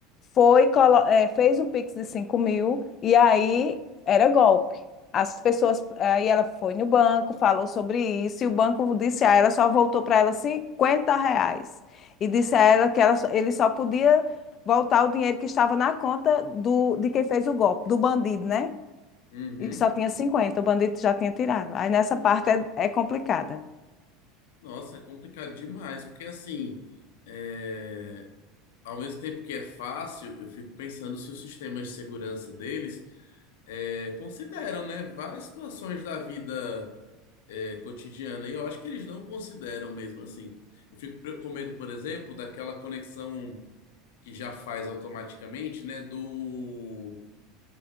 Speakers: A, on the left (about 40°); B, on the left (about 75°).
A: Foi, colo- eh, fez o Pix de cinco mil e aí era golpe. As pessoas, aí ela foi no banco, falou sobre isso, e o banco disse a ela, só voltou para ela 50 reais. E disse a ela que ela, só- ele só podia voltar o dinheiro que estava na conta do, de quem fez o golpe, do bandido, né?
B: Uhum.
A: E só tinha 50, o bandido já tinha tirado. Aí nessa parte é, é complicada.
B: Nossa, é complicado demais, porque assim, é, ao mesmo tempo que é fácil, eu fico pensando se os sistemas de segurança deles é, consideram, né, várias situações da vida é, cotidiana. E eu acho que eles não consideram mesmo assim. Eu fico pre- com medo, por exemplo, daquela conexão que já faz automaticamente, né, do,